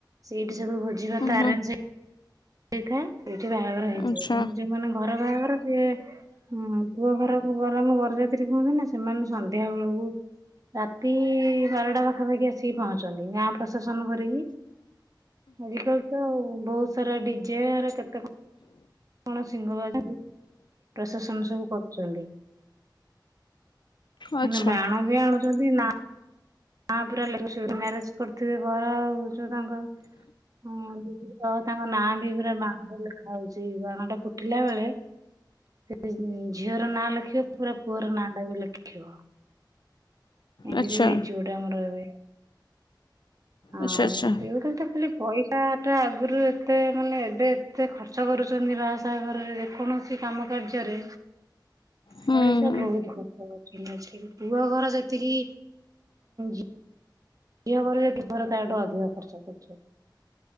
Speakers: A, on the right; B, on the left.
A: ସେଇଠି ସବୁ ଭ <inaudible> ଯିବା
B: ଉଁ
A: ତାରଞଜ
B: ହୁଁ
A: <unintelligible> ଠିକେ ଠିକ ବାହାଘର ହେଇଛି
B: ଆଚ୍ଛା।
A: ଯୋଉମାନେ ଘର ବାହାଘର ଯେଁ ପୁଅ ଘର ବର ବରଯାତ୍ରୀ କୁହନ୍ତି ନା ସେମାନେ ସନ୍ଧ୍ୟା ବେଳକୁ ରାତି ବାରଟା ପାଖାପାଖି ଆସିକି ପହଞ୍ଚନ୍ତି ଗାଁ ପ୍ରଶାସନ କରିକି ଆଜିକାଲି ତ ବହୁତ ସାରାଡି କେତେ କଣ କଣ ସିଂହ ବା ପ୍ରଶାସନ ସବୁ କରୁଛନ୍ତି।
B: ଆଚ୍ଛା
A: ମାନେ ବାଣ ବି ଆଣୁଛନ୍ତି ନା ମା ପୁରା ମ୍ୟାରେଜ କରିଥିବେ ପ ଆଉ ଯୋଉ ତାଙ୍କଦି ତ ତାଙ୍କ ନାଁ ବି ପୁରା ବାଣ ଲେଖା ହଉଛି ବାଣ ଟା ଫୁଟିଲା ବେଳେ ସେ ଝିଅର ନାଁ ଲେଖିବ ପୁରା ପୁଅର ନାଁ ଟା ବି ଲେଖିବ ଏ
B: ଆଚ୍ଛା
A: ବେ ବି ଏଇ ଝୁଅ ଟା ଆମର ରହିବେ ହଁ
B: ଆଚ୍ଛା
A: ଯ ଦି ଖାଲି ତ ଖାଲି ପଇସା ତା ଟା ଆଗରୁ ଏତେ ମାନେ ଏବେ ଏତେ ଖର୍ଚ୍ଚ କରୁଛନ୍ତି ବାହାସହା ଘରରେ ଯେକୌଣସି କାମ କାର୍ଯ୍ୟରେ
B: ହୁଁ
A: ପଇସା
B: ହୁଁ
A: ବହୁତ ଖର୍ଚ କରୁଛନ୍ତି ଆଜିକାଲି ପୁଅ ଘର ଯେତିକି ଝିଅ ଝିଅ ଘର କିପର ତାଠୁ ଅଧିକ ଖର୍ଚ୍ଚ କରୁଛନ୍ତି।